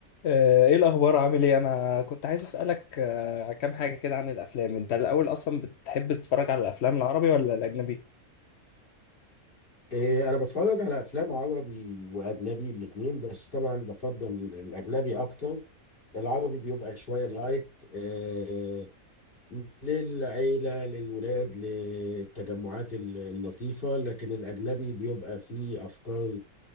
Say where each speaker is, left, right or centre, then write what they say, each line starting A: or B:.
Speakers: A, on the left; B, on the left.
A: آه، ايه الاخبار عامل ايه انا كنت عايز اسالك آه، كام حاجه كده عن الافلام انت الاول اصلا بتحب تتفرج على الافلام العربي ولا الاجنبي
B: إيه، انا بتفرج على افلام عربي واجنبي الاثنين بس طبعا بفضل الاجنبي اكتر العربي بيبقى شويه لايت إيه، للعيله للولاد للتجمعات ال- اللطيفه لكن الاجنبي بيبقى فيه افكار